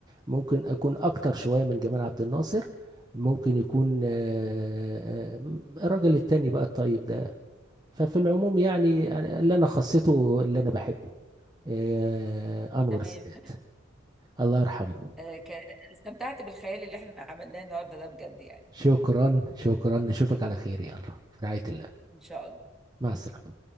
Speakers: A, on the right; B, in the centre.
A: ممكن اكون اكتر شويه من جمال عبد الناصر ممكن يكون آه، آه، الراجل التاني بقى الطيب ده ففي العموم يعني أنا- اللي انا خصيته اللي انا بحبه آه، انور
B: تمام
A: السادات الله يرحمه
B: آه، ك- استمتعت بالخيال اللي احنا عملناه النهاردة ده بجد يعني
A: شكرا شكرا نشوفك على خير يلا في رعايه الله
B: إن شاء الله
A: مع السلامه